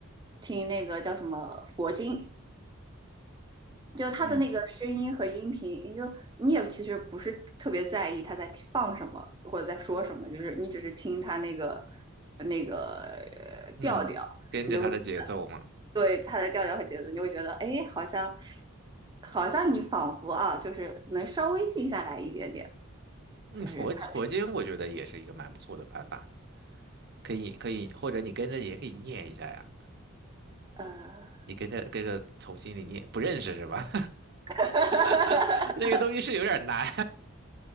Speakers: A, on the right; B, on the right.
A: 听那个叫什么佛经，就他的那个声音和音频，
B: 嗯
A: 你就你也其实不是特别在意他在放什么或者在说什么，就是你只是听他那个那个呃调调，
B: 嗯，跟着它的节奏嘛。
A: 你就对他的调调和节奏，你就会觉得哎，诶好像好像你仿佛啊，就是能稍微静下来一点点。
B: 嗯，
A: 但是他
B: 佛佛经我觉得也是一个蛮不错的办法，可以可以，或者你跟着也可以念一下呀。
A: 呃，
B: 你跟着跟着从心里念，不认识是吧？
A: <laughs>
B: <laughs> 那个东西是有点难，